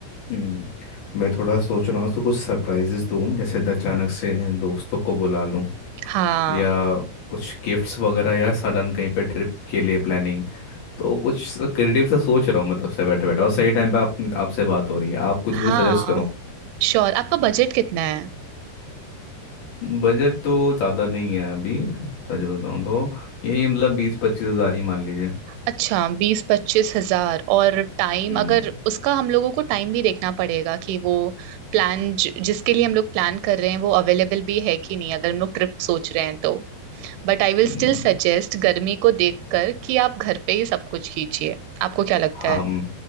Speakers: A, on the left (about 65°); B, on the right (about 85°).
A: हम्म, मैं थोड़ा सोच रहा हूँ तो कुछ सरप्राइजेस दूँ जैसे अचानक से दोस्तों को बुला लूँ
B: हाँ
A: या कुछ गिफ्ट्स वगैरह या सडन कहीं पे ट्रिप के लिए प्लानिंग तो कुछ क्रिएटिव सा सोच रहा हूँ मैं तब से बैठे बैठे और सही टाइम पे आप आपसे बात हो रही है आप कुछ
B: हाँ
A: मुझे सजेस्ट करो
B: श्योर आपका बजट कितना है
A: बजट तो ज़्यादा नहीं है अभी सच बताऊँ तो ये मतलब बीस पच्चीस हज़ार ही मान लीजिए
B: अच्छा बीस पच्चीस हजार और टाइम
A: हम्म,
B: अगर उसका हम लोगों को टाइम भी देखना पड़ेगा कि वो प्लान जिसके लिए हम लोग प्लान कर रहे हैं वो अवेलेबल भी है कि नहीं अगर हम लोग ट्रिप सोच रहे हैं तो But I will
A: हम्म,
B: still suggest गर्मी को देखकर कि आप घर पे ही सब कुछ कीजिए आपको क्या लगता
A: हम
B: है